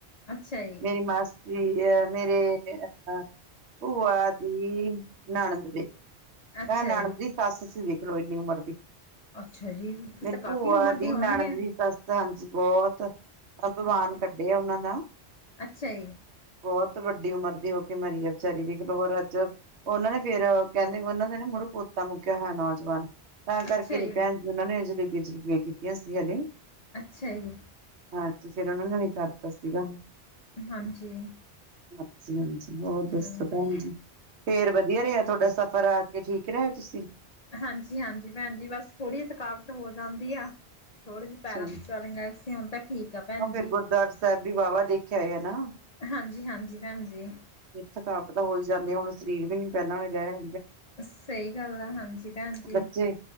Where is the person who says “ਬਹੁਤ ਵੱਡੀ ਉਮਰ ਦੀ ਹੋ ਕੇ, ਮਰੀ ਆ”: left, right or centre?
Right